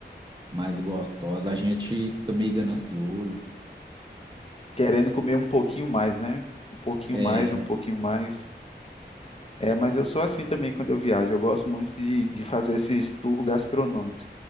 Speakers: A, on the right (about 25°); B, on the left (about 35°).
A: mais gostosas, a gente fica meio ganancioso.
B: Querendo comer um pouquinho mais, né? Um pouquinho
A: É,
B: mais, um pouquinho mais. É, mas eu sou assim também quando eu viajo. Eu gosto muito de, de fazer esses tours gastronômicos.